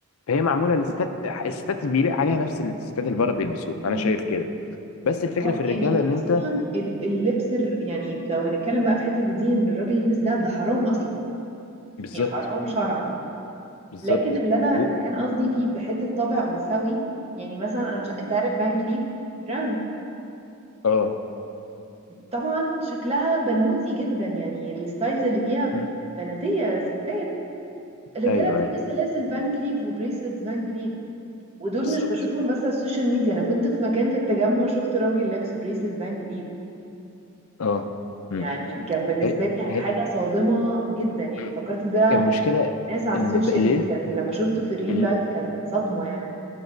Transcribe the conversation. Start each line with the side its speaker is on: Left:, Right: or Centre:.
Left: فهي معموله للستات الستات بيليق عليها نفس الستات اللي بره بيلبسوه انا
Right: مم.
Left: شايف كده بس الفكره
Right: ما هو
Left: في الرجاله
Right: يعني
Left: ان انت
Right: اصلا ال- اللبس الر- يعني لو هنتكلم بقى في حته دي ان الراجل يلبس دهب ده حرام اصلا
Left: بالظبط
Right: يعني حرام شرعا
Left: بالظبط
Right: لكن اللي انا
Left: و-
Right: اللي كان قصدي فيه بحته طابع انثوي يعني مثلا انا مش انت عارف فان كليف براند
Left: اه
Right: طبعا شكلها بنوتي جدا يعني الستايلز اللي فيها
Left: مم.
Right: بناتية ستات الرجالة
Left: ايوه
Right: بتلبس
Left: ايوه
Right: سلاسل فان كليف وبريسلتس فان كليف ودول
Left: بالظبط
Right: مش بشوفهم بس على السوشيال ميديا انا كنت في مكان في التجمع شفت راجل لابس بريسلت فان كليف
Left: اه مم.
Right: يعني كان بالنسبة
Left: هي
Right: لي حاجة
Left: هي
Right: صادمة جدا يعني
Left: مم.
Right: فكرت ده
Left: المشكله
Right: ناس على
Left: ان
Right: السوشيال
Left: في- اللي
Right: ميديا
Left: يل-
Right: لكن لما شفته في الريل
Left: ال-
Right: لايف كان صدمة يعني